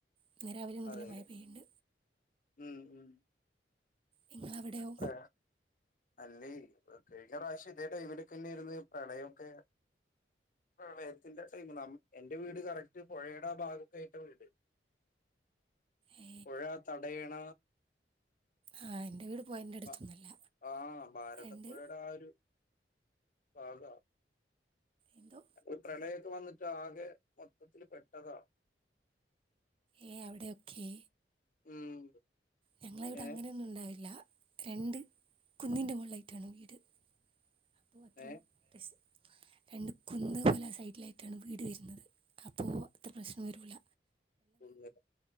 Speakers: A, on the right; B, on the left.
A: ഇന്ന് രാവിലെ മുതലെ
B: അതെല്ലേ
A: മയ പെയ്ണ്ട്
B: ഉം ഉം
A: നിങ്ങളവിടെയോ
B: പ്ര അല്ലേ കഴിഞ്ഞ പ്രാവശ്യം ഇതേ ടൈമിലൊക്കെന്നെആയിരുന്ന് പ്രളയംഒക്കെ പ്രളയത്തിന്റെ ടൈമില എന്റെ വീട് കറക്റ്റ് പുഴയുടെ ആ ഭാഗൊത്തെയിട്ട വീട്
A: ഏ,
B: പുഴ തടയണ
A: ആഹ എന്റെ വീട് പോയതിൻ്റെ
B: ഉവ്വ
A: അടുത്തൊന്നുമല്ല
B: ആഹ ഭാരതപ്പുഴയുടെ
A: രണ്ട്
B: ആ ഒരു ഭാഗാ
A: എന്തോ
B: അ പ്രളയ - വന്നിട്ട് ആകെ മൊത്തത്തില് പെട്ടതാ
A: ഏ അവിടെയക്കെ
B: ഉം
A: ഞങ്ങള ഇവിടെ
B: ഏ
A: അങ്ങനെയൊന്നും ഉണ്ടാവില്ല രണ്ട് കുന്നിന്റെ മുകളിലായിട്ടാണ് വീട് അപ്പോൾ അത്ര
B: ഏ
A: അസ് രണ്ട കുന്ന് പോലെ സൈഡിലായിട്ടാണ് വീട് വരുന്നത് അപ്പോ അത്ര പ്രശ്നം വരൂല
B: ഒന്ന